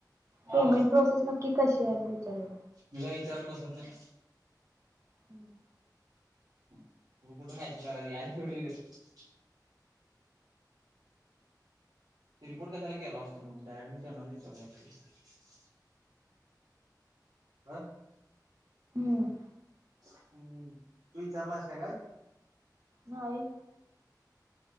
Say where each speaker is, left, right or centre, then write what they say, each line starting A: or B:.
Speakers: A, on the right; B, on the right.
A: हा
B: पेमेंट
A: वा
B: प्रोसेस नक्की कशीय अस विचारायच.
A: मी काय विचार बसत नाही.
B: हम्म.
A: मग कुठं मॅसेजकरायच याल्यात तेवड येउदेत. रिपोर्ट कशाला केलो असतो म डायरड म तेनाच विचारलो असतो की. हा
B: हम्म.
A: हम्म तू विचारलायस काय काय.
B: नाही.